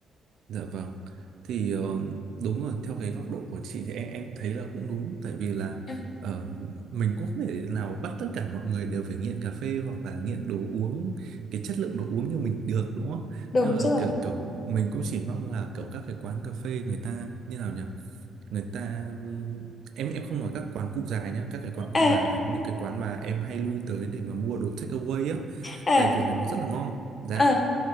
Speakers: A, on the right (about 75°); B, on the left (about 35°).
A: Dạ vâng. Thì ờ, đúng rồi, theo cái góc độ của chị thì em em thấy là cũng đúng tại vì là
B: Ừ,
A: ờ, mình cũng không thể nào bắt tất cả mọi người đều phải nghiện cà phê hoặc là nghiện đồ uống cái chất lượng đồ uống như mình được đúng không?
B: đúng
A: Nhưng mà
B: rồi
A: kiểu kiểu mình cũng chỉ mong là kiểu các cái quán cà phê người ta như nào nhỉ? Người ta em em không nói các quán cụ già nhá, các cái quán cụ
B: à
A: già là những cái quán mà em hay lui tới để mà mua đồ take away á
B: à
A: tại vì là nó rất là ngon. Dạ
B: à